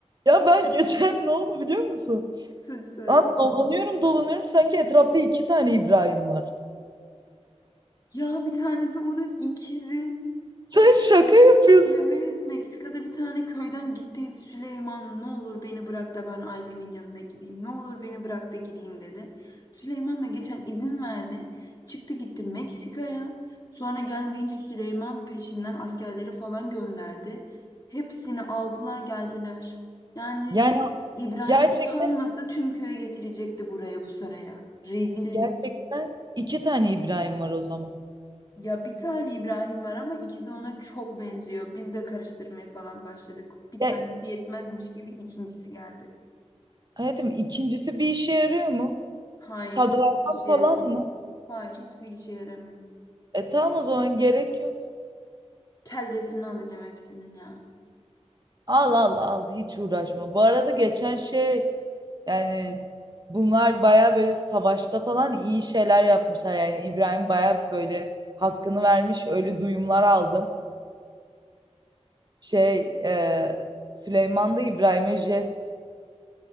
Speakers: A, on the right; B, on the left.
A: Ya ben geçen <laughs> ne oldu biliyor musun?
B: Hadi söyle.
A: Aa, dolanıyorum dolanıyorum sanki etrafta iki tane İbrahim var.
B: Ya bir tanesi onun ikizi.
A: <laughs> Sen şaka yapıyorsun.
B: Evet, Meksika'da bir tane köyden gitti Süleyman ne olur beni bırak da ben ailemin yanına gideyim. Ne olur beni bırak da gideyim dedi. Süleyman da geçen izin verdi. Çıktı gitti Meksika'ya. Sonra gelmeyince Süleyman peşinden askerleri falan gönderdi. Hepsini aldılar geldiler. Yani
A: Yani
B: İbrahim
A: gerçekten
B: utanmasa tüm köyü getirecekti buraya bu saraya. Rezillik.
A: gerçekten iki tane İbrahim var o zaman.
B: Ya bir tane İbrahim var ama ikisi ona çok benziyor. Biz de karıştırmaya falan başladık. Bir tanesi
A: Ya,
B: yetmezmiş gibi ikincisi geldi.
A: hayatım ikincisi bir işe yarıyor mu?
B: Hayır,
A: Sadrazam
B: hiçbir işe
A: falan
B: yaramıyor.
A: mı?
B: Hayır, hiçbir işe yaramıyor.
A: E tamam o zaman gerek yok.
B: Kellesini alacağım hepsinin ya.
A: Al al al hiç uğraşma. Bu arada geçen şey yani bunlar baya böyle savaşta falan iyi şeyler yapmışlar. Yani İbrahim baya böyle hakkını vermiş öyle duyumlar aldım. şey e, Süleyman'da İbrahim'e jest.